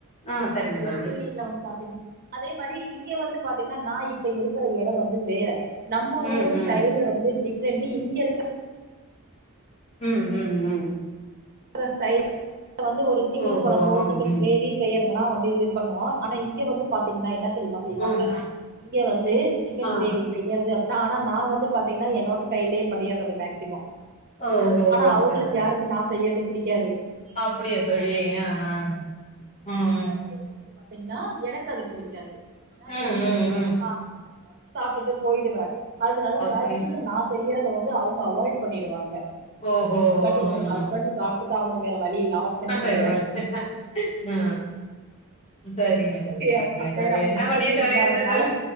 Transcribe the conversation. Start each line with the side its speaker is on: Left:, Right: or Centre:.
Left: ஆ சரிங்க
Right: வெஜிடேரியன்ல
Left: தோழி
Right: வந்து பாத்தீங் அதே மாரி இங்க வந்து பாத்தீங்கன்னா நா இப்ப இருக்கிற எடோ வந்து வேற நம்ம
Left: ம்
Right: ஊர்
Left: ம்
Right: ல வந்து டிஃப்ரெண்ட் இங்க இருக்க
Left: ம் ம் ம்
Right: அப்றோ ஸ்டை வந்து ஒரு சிக்கன்
Left: ஓஹோ
Right: கொழம்போ
Left: ஆ
Right: சிக்கன்
Left: ம்
Right: கிரேவி செய்யறதுனா வந்து இது பண்ணுவோ ஆனா இங்க வந்து பாத்தீங்னா என்ன தெரிமா செய்வாங்க
Left: ம்
Right: இங்க வந்து சிக்கன்
Left: ஆ
Right: கிரேவி செய்யறது அப்டினா ஆனா நா வந்து பாத்தீங்கன்னா என்னோட ஸ்டைலயே பண்ணிர்றது மேக்சிமம்
Left: ஓ ஓ
Right: ஆனா
Left: ஓ
Right: அவங்களுக்கு
Left: சரிங்க
Right: யாருக்கு நா செய்யறது புடிக்காது
Left: அப்படியா தோழி அ அ ம் ம்
Right: இப்ப வந்து பாத்தீங்கன்னா எனக்கு அது புடிக்காது நா
Left: ம் ம்
Right: எதோ
Left: ம் ம்
Right: ஆ சாப்ட்டுட்டு போயிடுவேன் அதனால
Left: அப்படி
Right: மேக்சிமம் நா செய்யறத வந்து அவங்க அவாய்ட் பண்ணிடுவாங்க
Left: ஓஹோ
Right: பட்
Left: ஓ ம்
Right: என் ஹஸ்பண்ட்டு
Left: ம்.
Right: சா ப்டுதா ஆகனு வேற வழி இல்ல ஆப்ஷனே கெடையாது
Left: வேற வழி ஆ சரிங்க தோழி
Right: எ
Left: சரிங்க தோழி
Right: வேற
Left: என்ன
Right: ஆப்ஷனே
Left: பண்ணி தொலையறது
Right: இல்லாதனால
Left: தோழி